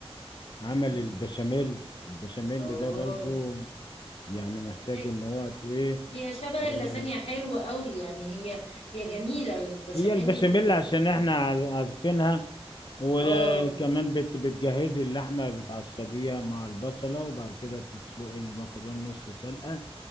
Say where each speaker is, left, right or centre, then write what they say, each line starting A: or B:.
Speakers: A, on the left; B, on the left.
A: عمل
B: مم.
A: البشاميل البشاميل
B: اوه
A: ده برضو يعني محتاج
B: هي
A: ان هو ت- ايه
B: هي شبه
A: آه،
B: اللازانيا حلوة قوي يعني هي هي جميلة البشاميل
A: هي البشاميل عشان احنا عار- عارفينها وكمان
B: اه
A: بت بتجهزي اللحمه بتعصجيها مع البصله وبعد كده تسلقي المكرونه نص سلقه